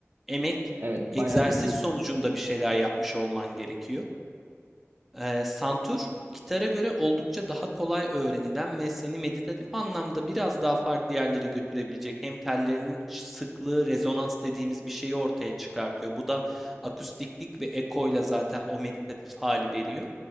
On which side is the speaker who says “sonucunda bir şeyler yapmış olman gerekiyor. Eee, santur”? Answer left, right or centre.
Centre